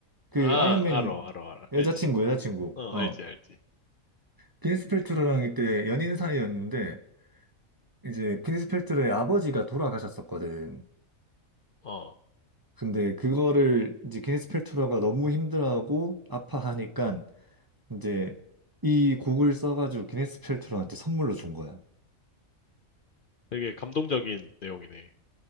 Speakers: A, on the right; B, on the left.
A: 그
B: 아
A: 아이언맨
B: 알어 알어 알어
A: 여자친구
B: 알지.
A: 여자친구
B: 어
A: 어
B: 알지 알지.
A: 비니스 펠트로랑 이때 연인 사이였는데 이제 비니스 펠트로의 아버지가 돌아가셨었거든.
B: 어,
A: 근데 그거를 이제 비니스 펠트로가 너무 힘들어하고 아파하니까 이제 이 곡을 써가지고 기네스 펠트로한테 선물로 준 거야.
B: 되게 감동적인 내용이네.